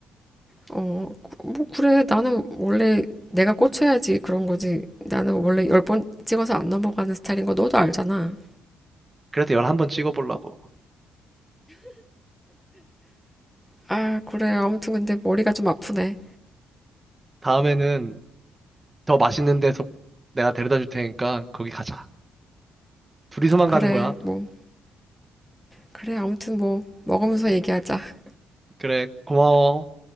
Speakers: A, in the centre; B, on the right.
A: 어, 뭐 그래. 나는 원래 내가 꽂혀야지 그런 거지. 나는 원래 열 번 찍어서 안 넘어가는 스타일인 거 너도 알잖아.
B: 그래서 11번 찍어보려고.
A: 아, 그래. 아무튼 근데 머리가 좀 아프네.
B: 다음에는 더 맛있는 데서 내가 데려다 줄 테니까 거기 가자. 둘이서만
A: 그래.
B: 가는 거야.
A: 뭐 그래. 아무튼 뭐 먹으면서 얘기하자.
B: 그래, 고마워.